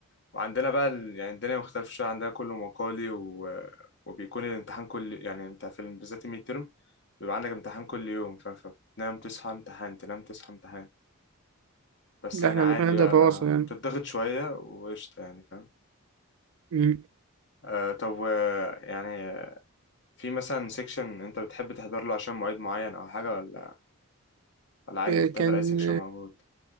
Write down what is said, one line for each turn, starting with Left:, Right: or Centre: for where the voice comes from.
Left: وعندنا بقى ال... يعني الدنيا مختلفة شوية عندنا كله مقالي و... وبيكون الامتحان كل يعني انت في ال- بالذات الميد ترم بيبقى عندك امتحان كل يوم فاهم فبتنام تصحى امتحان تنام تصحى امتحان بس
Right: ده
Left: يعني
Right: إحنا
Left: عادي
Right: بيكون عندنا
Left: بقى
Right: فواصل
Left: لا
Right: يعني
Left: بتضغط شوية وقشطة يعني فاهم
Right: مم.
Left: آه طب و- يعني في مثلا سيكشن انت بتحب تحضر له عشان مواعيد معين او حاجة ولا ولا عادي
Right: إيه
Left: انت بتحضر
Right: كان
Left: اي سيكشن موجود